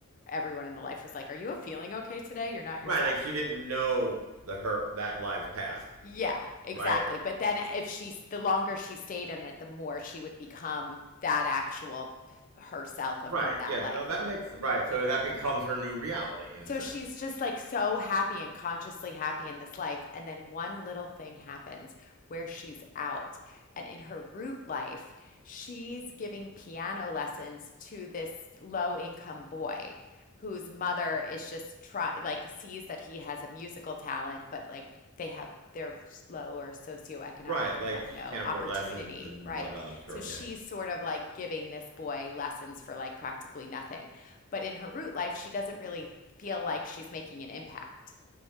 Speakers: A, on the left (about 35°); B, on the right (about 80°).
A: everyone in the life was like, Are you feeling okay today? You're not
B: Right.
A: yourself.
B: Like she didn't know the her that lives past.
A: Yeah, exactly.
B: Right.
A: But then if she, the longer she stayed in it, the more she would become that actual p- herself of,
B: Right.
A: from that
B: Yeah.
A: life.
B: No, that makes it right. So that becomes her new reality in a
A: So
B: sense.
A: she's just like so happy and consciously happy in this life. And then one little thing happens where she's out. And in her root life, she's giving piano lessons to this low income boy whose mother is just try like sees that he has a musical talent, but like they have they're low or socioeconomic
B: Right. Like
A: and have
B: she
A: no
B: can't
A: opportunity,
B: afford lessons and
A: right?
B: whatnot. I'm sure.
A: So she's
B: Yeah.
A: sort of like giving this boy lessons for like practically nothing. But in her root life, she doesn't really feel like she's making an impact.